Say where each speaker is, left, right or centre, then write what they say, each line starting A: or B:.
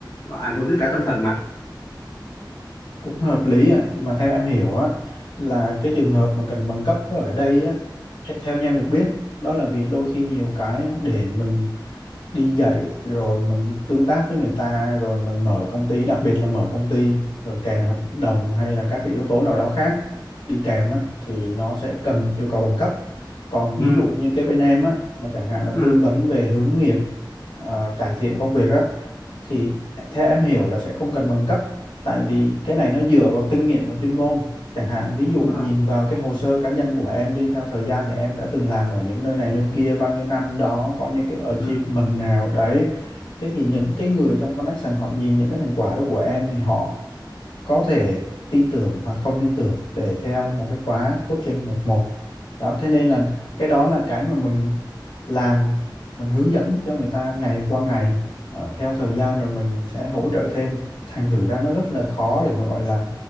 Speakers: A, on the left; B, on the left.
A: ảnh hưởng đến cả tâm thần mà
B: cũng hợp lý ạ mà theo em hiểu á là cái trường hợp mà cần bằng cấp đó ở đây á the- theo như em được biết đó là vì đôi khi nhiều cái để mình đi dạy rồi mình tương tác với người ta rồi mình mở công ty đặc biệt là mở công ty rồi kèm hợp đồng hay là các cái yếu tố nào đó khác đi kèm á, thì nó sẽ cần yêu cầu bằng cấp còn ví
A: Ừ.
B: dụ như cái bên em á mà chẳng hạn là
A: ừ
B: tư vấn về hướng nghiệp ờ, cải thiện công việc á thì theo em hiểu là sẽ không cần bằng cấp tại vì cái này nó dựa vào kinh nghiệm và chuyên môn chẳng hạn ví
A: đúng
B: dụ nhìn
A: rồi
B: vào cái hồ sơ cá nhân của em đi theo thời gian thì em đã từng làm ở những nơi này nơi kia bao nhiêu năm đó có những cái achievement
A: ừ,
B: nào đấy thế thì những cái người trong connection họ nhìn những cái thành quả đó của em thì họ có thể tin tưởng hoặc không tin tưởng để theo một cái khóa coaching một một đó thế nên là cái đó là cái mà mình làm mình hướng dẫn cho người ta ngày qua ngày Ờ, theo thời gian rồi mình sẽ hỗ trợ thêm thành thử ra nó rất là khó để mà gọi là